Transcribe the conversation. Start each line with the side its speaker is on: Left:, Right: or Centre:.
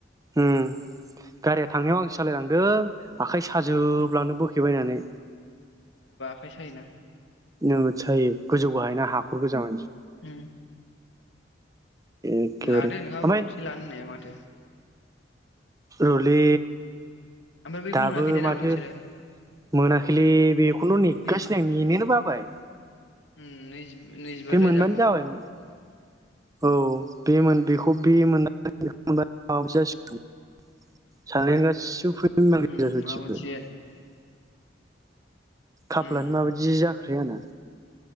Right: उम गारिया थांनायाव आंसो सालायलांदों आखाय सा हाजोबलांदो
Left: उम
Right: बोखे बायनानै।
Left: खाय सायोना।
Right: नोगोद सायो गोजौ गाहायना हाखर गोजा
Left: उम।
Right: एखेबारे
Left: लादो नोंहाबो
Right: ओमफ्राय
Left: गंसे लानो होननाया माथो।
Right: रलै
Left: ओमफ्राय बैखौ
Right: दाबो
Left: मोनाखै ने
Right: माथो
Left: नोंसोरो
Right: मोनाखैलै बेखौनोथ' नेगासिनो
Left: नैजि
Right: आं नेनोनो बाबाय
Left: उम नैजि नैजिबा
Right: बे
Left: रोजाखौ
Right: मोनबानो जाबायमोन। औ <unintelligible> सानायानो गासिबो फैमाल गोजा
Left: उम माबा मोनसे
Right: सयथिबो। खाफालानो
Left: उम
Right: मा बायदि जाखोथाय आंना।